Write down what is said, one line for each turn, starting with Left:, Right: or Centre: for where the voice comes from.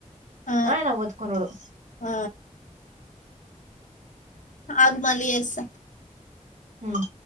Left: ఆ
Right: అయినా మొత్తుకున్నాడు
Left: ఆ ఆగు మళ్లీ చెస్త
Right: హ్మ్